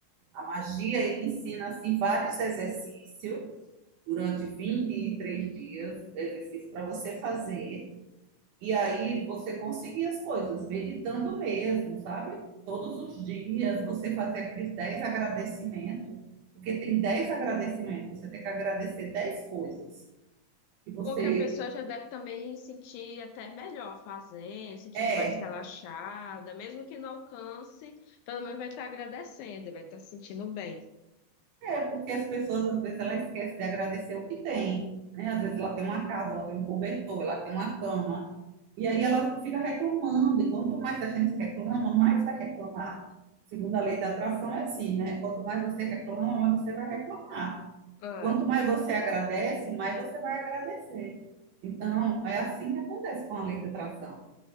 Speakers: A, on the right; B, on the left.
A: A magia, ele ensina, assim, vários exercícios durante 23 dias, exercício para você fazer, e aí você conseguir as coisas, meditando mesmo, sabe? Todos os dias você fazer aqueles 10 agradecimentos, porque tem 10 agradecimentos, você tem que agradecer dez coisas que você
B: Bom, que a pessoa já deve também sentir até melhor fazendo, sentindo
A: é.
B: mais relaxada, mesmo que não alcance, pelo menos vai estar agradecendo, vai estar se sentindo bem.
A: É, porque as pessoas, às vezes, ela esquece de agradecer o que tem, né? Às vezes ela tem uma casa, ela tem um cobertor, ela tem uma cama, E aí ela fica reclamando, e quanto mais a gente reclama, mais vai reclamar. Segundo a lei da atração, é assim, né? Quanto mais você reclama, mais você vai reclamar.
B: Ah,
A: E quanto mais você agradece, mais você vai agradecer. Então, é assim que acontece com a lei da atração.